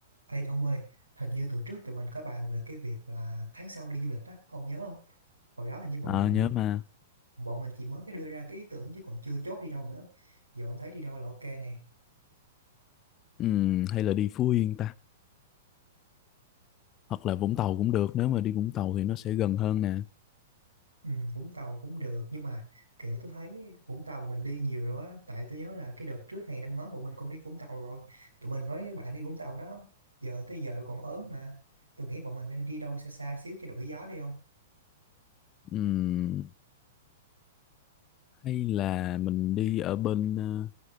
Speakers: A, on the right; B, on the left.
A: Ê ông ơi, hình như tuần trước tụi mình có bàn về cái việc là tháng sau đi du lịch á, ông nhớ không? Hồi đó hình như bọn
B: Ờ,
A: mình
B: nhớ mà
A: bọn mình chỉ mới cái đưa ra cái ý tưởng chứ còn chưa chốt đi đâu nữa. Giờ ông thấy đi đâu là ok nè.
B: Ừm, hay là đi Phú Yên ta hoặc là Vũng Tàu cũng được nếu mà đi Vũng Tàu thì nó sẽ gần hơn nè
A: Ừ, Vũng Tàu cũng được nhưng mà kiểu tôi thấy Vũng Tàu mình đi nhiều rồi á, tại tôi nhớ là cái đợt trước hè năm ngoái bọn mình cũng đi Vũng Tàu rồi. Tụi mình với đứa bạn đi Vũng Tàu đó, giờ tới giờ còn ớn mà. Tôi nghĩ bọn mình nên đi đâu xa xa xíu cho đổi gió đi
B: Ừm, hay là mình đi ở bên ờ,